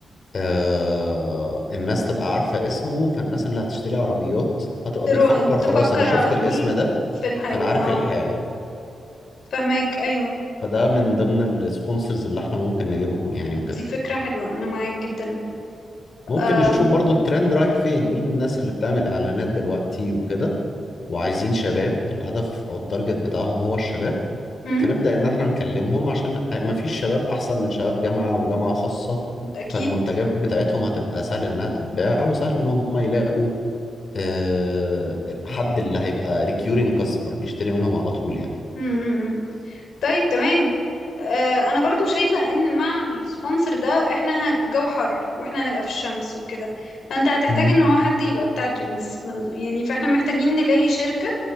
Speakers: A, on the left; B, on the left.
A: آه الناس تبقى عارفه اسمه فالناس اللي هتشتري عربيات هتبقى
B: ترو...
A: بتفكر خلاص
B: تفكر
A: انا شفت
B: على طول
A: الاسم ده
B: في الحيوي
A: فانا عارف
B: اه
A: الحاوي
B: فهمك ايوه
A: فده من ضمن السبونسرز اللي احنا ممكن نجيبهم يعني وكده
B: دي فكرة حلوة انا معاك جدا
A: ممكن
B: امم
A: نشوف برضو الترند رايح فين مين الناس اللي بتعمل اعلانات دلوقتي وكده وعايزين شباب الهدف او التارجت بتاعهم هو الشباب
B: امم
A: فنبدأ ان احنا نكلمهم عشان مفيش شباب احسن من شباب جامعة وجامعة خاصة
B: اكيد
A: فالمنتجات بتاعتهم هتبقى سهل انها تتباع وسهل ان هم يلاقوا آه، الحد اللي هيبقى ريكيورينج كاستمر بيشتري منهم على طول يعني
B: امم طيب تمام آه، انا برضو شايفة ان مع السبونسر ده احنا ه- جو حر واحنا هنبقى في الشمس وكده فانت هتحتاج
A: مم.
B: ان هو حد يبقى بتاع درينكس يعني فاحنا محتاجين نلاقي شركة